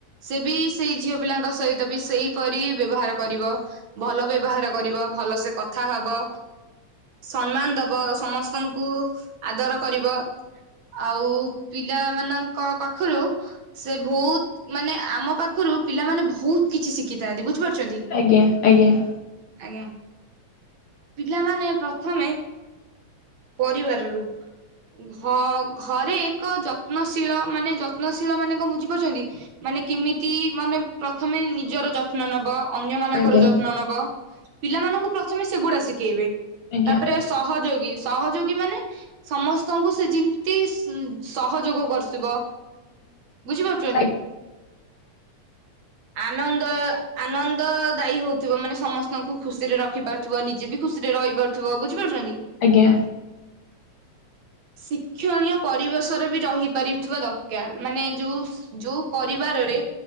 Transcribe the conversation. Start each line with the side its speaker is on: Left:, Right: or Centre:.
Right: ସେ ବି ସେଇ ଝିଅ ପିଲାଙ୍କ ସହିତ ତ ବି ସେଇପରି ବ୍ୟବହାର କରିବ ଭଲ ବ୍ୟବହାର କରିବ ଭଲସେ କଥା ହବ ସମ୍ମାନ ଦବ ସମସ୍ତଙ୍କୁ ଆଦର କରିବ ଆଉ ପିଲା ମାନଙ୍କ ପାଖରୁ ସେ ବହୁତ ମାନେ ଆମ ପାଖରୁ ପିଲାମାନେ ବହୁତ କିଛି ଶିଖିଥାନ୍ତି ବୁଝିପାରୁଛନ୍ତି,
Left: ଆଜ୍ଞା ଆଜ୍ଞା।
Right: ଆଜ୍ଞା! ପିଲାମାନେ ପ୍ରଥମେ ପରିବାରରୁ ଘ ଘରେ ଏକ ଯତ୍ନଶୀଳ ମାନେ ଯତ୍ନଶୀଳ ମାନେ କଣ ବୁଝିପାରୁଛନ୍ତି ମାନେ କିମିତି ମାନେ ପ୍ରଥମେ ନିଜର ଯତ୍ନ ନବ, ଅନ୍ୟ ମାନଙ୍କର
Left: ଆଜ୍ଞା
Right: ଯତ୍ନ ନବ ପିଲାମାନଙ୍କୁ ପ୍ରଥମେ ସେଗୁଡା ଶିଖେଇବେ
Left: ଆଜ୍ଞା
Right: ତାପରେ
Left: ଆଜ୍ଞା
Right: ସହଯୋଗୀ ସହଯୋଗୀ ମାନେ ସମସ୍ତଙ୍କୁ ସେ ଯେମିତି ସହଯୋଗ କରୁଥିବ ବୁଝିପାରୁଛନ୍ତି
Left: ଆଜ୍ଞା ଆଜ୍ଞା
Right: ଆନନ୍ଦ ଆନନ୍ଦ ଦାୟୀ ହଉଥିବ ମାନେ ସମସ୍ତଙ୍କୁ ଖୁସିରେ ରଖିପାରୁଥିବ ନିଜେ ବି ଖୁସିରେ ରହିପାରୁଥିବ ବୁଝିପାରୁଛନ୍ତି।
Left: ଆଜ୍ଞା!
Right: ଶିକ୍ଷଣୀୟ ପରିବେଶରେ ବି ରହିପାରିଥିବା ଦରକାର ମାନେ ଯୋଉ ଯୋଉ ପରିବାରରେ